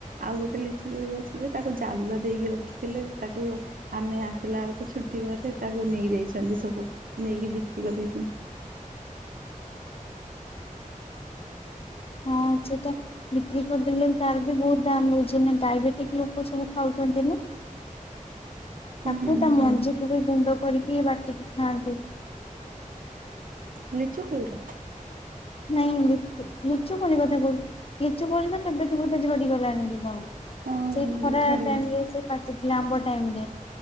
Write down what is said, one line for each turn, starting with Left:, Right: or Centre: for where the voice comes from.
Right: ଆଉ ଗୋଟେ ଲିଚୁ କୋଳି ଯେ ତାକୁ ଜାଲ ଦେଇକି ରଖିଥିଲେ ତାକୁ ଆମେ ଆସିଲା ବେଳକୁ ଛୁଟି ପରେ ତାକୁ ନେଇଯାଇଛନ୍ତି ସବୁ। ନେଇକି ବିକ୍ରି କରିଦେଇଛନ୍ତି।
Left: ହଁ ସେଟା ବିକ୍ରି କରିଦେଲେ ତାର ବି ବହୁତ ଦାମ ହଉଛି ନା ଡାଇବେଟିକ ଲୋକ ସବୁ ଖାଉଛନ୍ତି ନା?
Right: ଉଁ
Left: ତାକୁ
Right: ହୁଁ
Left: ତା
Right: ହୁଁ।
Left: ମଞ୍ଜି କୁ ବି ଗୁଣ୍ଡ କରିକି ବାଟିକି ଖାଆନ୍ତି।
Right: ଲିଚୁ କୋଳି ର?
Left: ନାଇଁ ଲିଚୁ ଲିଚୁ କୋଳି କଥା କହୁଛି ଲିଚୁ କୋଳି ତ କେବେଠୁ ବୋଧେ ଝଡିଗଲାଣି କି କଣ।
Right: ହଁ
Left: ସେଇ ଖରା
Right: ଝଡିଗଲା।
Left: ଟାଇମ ରେ ସେ ପାଚିଥିଲା ଆମ୍ବ ଟାଇମ ରେ।